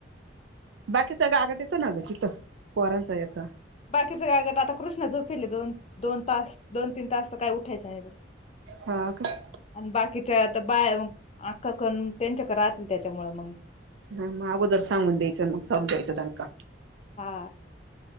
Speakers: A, on the right; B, on the left.
A: बाकीचा ग आगट येतो ना ग तिथं पोरांचा हे आ
B: बाकीचं काय करनार आता कृष्णा झोपीले दोन दोन तास दोन तीन तास तर काय उठायचं नाही तो
A: हा का
B: आणि बाकीच्या आता बाया व आख्ख खण त्यांच्याकडे राहतील त्याच्यामुळे मंग
A: हा मग अगोदर सांगून द्यायचं अन् मग चालू द्यायचं दणका
B: हा